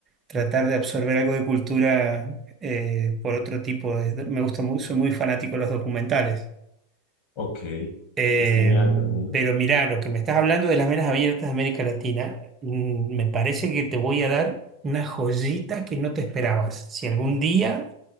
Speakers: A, on the right; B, on the left.
A: tratar de absorber algo de cultura eh, por otro tipo de... Me gusta mucho, soy muy fanático de los documentales.
B: Ok,
A: Eh,
B: es genial también.
A: pero mirá, lo que me estás hablando de las venas abiertas de América Latina, mm, me parece que te voy a dar una joyita que no te esperabas. Si algún día